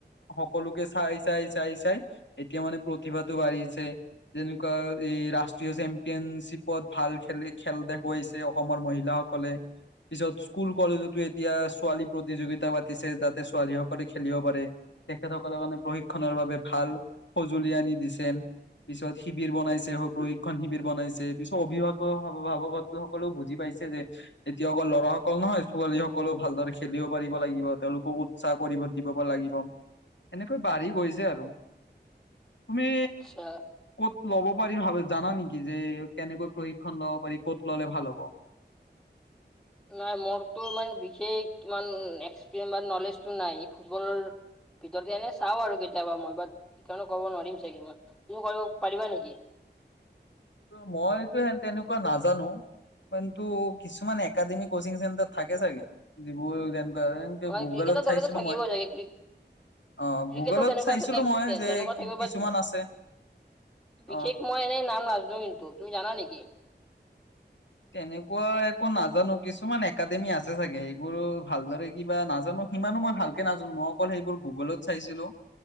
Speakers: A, on the left; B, in the centre.
A: সকলোকে চাই চাই চাই চাই এতিয়া মানে প্ৰতিভাতো বাঢ়িছে। যেনেকুৱা এই ৰা ষ্টীয় চেম্পিয়নশ্বিপত ভাল খ খেল দেখুৱাইছে অসমৰ মহিলাসকলে। পিছত স্কুল কলেজতো এতিয়া ছোৱালী প্ৰতিযোগিতা পাতিছে তাতে ছোৱালী সকলে খেলিব পাৰে। তেখেতসকলে মানে প্ৰশিক্ষণৰ বাবে ভাল সজুলি আনি দিছে। পিছত শিবিৰ বনাইছে প্ৰয়োগ প্ৰশিক্ষণ শিবিৰ বনাইছে পিছত অভিভাৱক অভাৱকত সকলেও বুজি পাইছে যে এতিয়া অকল ল'ৰাসকল নহয় ছোৱালী সকলেও ভালদৰে খেলিব পাৰিব লাগিব তেওঁলোকো চাকৰিব দিব লাগিব এনেকৈ বাঢ়ি গৈছে আৰু। তুমি
B: আচ্ছা।
A: ক'ত ল'ব পাৰি ভা জানা নেকি যে, কেনেকৈ প্ৰশিক্ষন লব পাৰি ক'ত ল'লে ভাল হ'ব?
B: নাই মোৰতো ইমান বিশেষ ইমান এক্সপিৰিয়েঞ্চ বা নলেজটো নাই ফুটবল ভিতৰতে এনে চাওঁ আৰু কেতিয়াবা মই বাট সেইকাৰণে কব নোৱাৰিম চাগে মই। তুমি কৰিব পাৰিবা নেকি?
A: মইতো সেন তেনেকুৱা নাজানো। কিন্তু কিছুমান একাডেমি কচিং চেণ্টাৰ থাকে চাগে যিবোৰ যে এনেকে
B: অ'
A: গুগলত
B: ক্ৰিকেটৰ দৰেতো
A: চাইছিলো
B: থাকিবই
A: মই।
B: চাগে ক্ৰিকেট
A: অ
B: ক্ৰিকেটো
A: গুগলত
B: তেনেকুৱা
A: চাইছিলো
B: আছে
A: মই যে
B: তেনেকুৱা থাকিব
A: কিছুমান
B: বাট
A: আছে।
B: বিশেষ
A: অ
B: মই এনে নাম নাজনো কিন্তু তুমি জানা নেকি?
A: তেনেকুৱা একো নাজানো কিছুমান একাডেমি আছে চাগে সেইবোৰ ভালদৰে কিবা নাজানো সিমানো মই ভালকে নাজানো মই অকল সেইবোৰ গুগলত চাইছিলো।